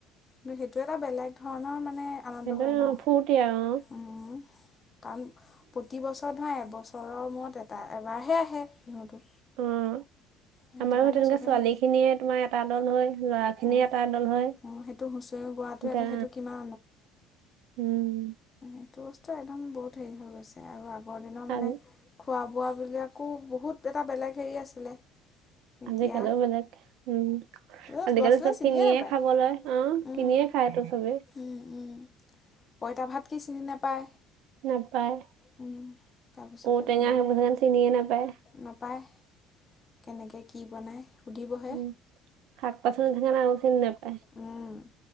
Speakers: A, on the left; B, on the right.
A: কিন্তু সেইটো এটা বেলেগ ধৰণৰ মানে আনন্দ
B: সেইটো
A: হয় ন
B: ফূৰ্তি আৰু
A: উম, কাৰণ প্ৰতিবছ এ ধৰা এবছৰৰ মূৰত এটা এবাৰহে আহে বিহুটো
B: উম,
A: সেইটো
B: আমাৰো
A: কাৰণে
B: তেনেকে
A: চবেই
B: ছোৱালীখিনিয়ে তোমাৰ এটা দল হৈ ল'ৰাখিনি
A: উম
B: এটা দল হয়!
A: অ সেইটো হুঁচৰি গোৱাটো
B: এতিয়া
A: এটা সেইটো কিমান
B: উম।
A: এইটো বস্তু একদম বহুত হেৰি হৈ গৈছে আৰু আগৰ দিনৰ মানে
B: আজি
A: খোৱা বোৱাবিলাকো বহুত এটা বেলেগ হেৰি আছিলে। এতিয়া
B: আজিকালিও বেলেগ উম।
A: ল'ৰা
B: আজিকালি
A: ছোৱালীয়ে
B: চব
A: চিনিয়ে
B: কিনিয়ে
A: নাপায়
B: খাব লয়, অ',
A: উম
B: কিনিয়ে খায়টো চবেই।
A: উম, উম, পঁইতা ভাত কি চিনি নাপায়!
B: নাপায়!
A: উম, তাৰপিছতে
B: ঔ- টেঙা
A: তোমাৰ
B: হেইবোৰ চাগে চিনিয়ে নাপায়।
A: নাপায়, কেনেকে কি বনায় সুধিবহে।
B: উম শাক পাচলি <unintelligible> আৰু চিনি নেপায়।
A: উম,